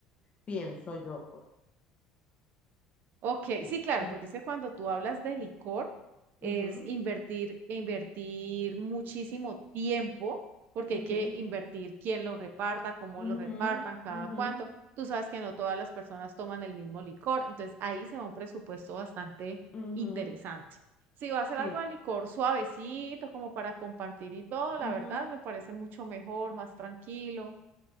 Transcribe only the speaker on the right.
Ok,
sí, claro,
porque es que cuando tú hablas de licor
es invertir, invertir muchísimo tiempo, porque
hay que invertir quién lo reparta, cómo
lo repartan, cada
cuánto. Tú sabes que no todas las personas toman el mismo licor, entonces ahí se va un presupuesto bastante
interesante. Si va a ser
algo de licor suavecito, como para compartir y todo,
la verdad me parece mucho mejor, más tranquilo.